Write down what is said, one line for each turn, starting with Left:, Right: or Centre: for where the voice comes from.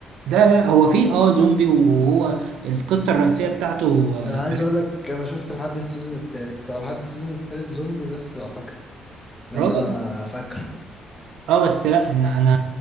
Right: لا لا هو فيه أه زومبي وهو القصة الرئيسية بتاعته آه،
Left: انا عايز اقول لك انا شفت لحد السيزون التالت او لحد السيزون التالت زومبي بس اعتقد ده
Right: اه
Left: اللي انا فاكره
Right: اه بس لا ان انا